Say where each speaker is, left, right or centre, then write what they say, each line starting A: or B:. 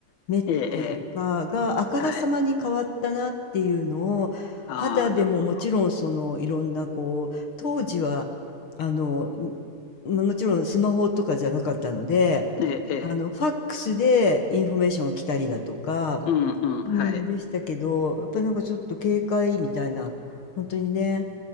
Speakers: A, on the left (about 45°); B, on the left (about 80°).
A: 目っていうか、
B: ええ、ええ。
A: があからさまに変わったなっていうのを、
B: はい。ああ、
A: 肌でももちろんそのいろんなこう、
B: なるほど。
A: 当時は、あの、まもちろんスマホとかじゃなかったので、
B: ええ、ええ。
A: あの、ファックスでインフォメーションが来たりだとか、
B: うん、うん、はい。
A: うん、でしたけど、やっぱりなんかちょっと警戒みたいな、本当にね、